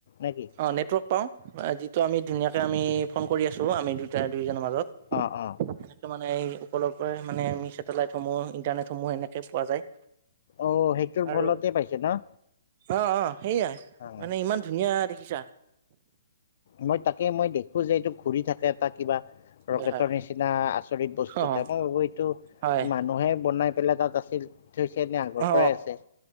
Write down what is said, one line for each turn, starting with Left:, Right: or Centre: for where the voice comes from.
Left: নে কি?
Right: অঁ নেটৱৰ্ক পাওঁ যিটো আমি ধুনীয়াকৈ আমি ফোন কৰি আছোঁ আমি দুটা দুয়োজনৰ মাজত।
Left: অ অ।
Right: সেনেকে মানে এই ওপৰৰ পৰা মানে আমি চেটেলাইটসমূহ ইণ্টাৰনেটসমূহ সেনেকে পোৱা যায়।
Left: অ সেইটোৰ
Right: আৰু
Left: ফলতে পাইছে ন।
Right: অ অ সেইয়া মানে
Left: অ
Right: ইমান ধুনীয়া দেখিছা।
Left: মই তাকে মই দেখো যে এইটো ঘুৰি থাকে এটা কিবা
Right: মানে
Left: ৰকেটৰ
Right: হয় হয়
Left: নিচিনা আ, চৰিত বস্তু
Right: হয়
Left: এটা
Right: অ
Left: মই ভাবোঁ এইটো
Right: হয়
Left: মানুহে বনাই পেলাই তাত আছিল। থৈছে এনে আগৰ
Right: অ
Left: পৰাই আছে।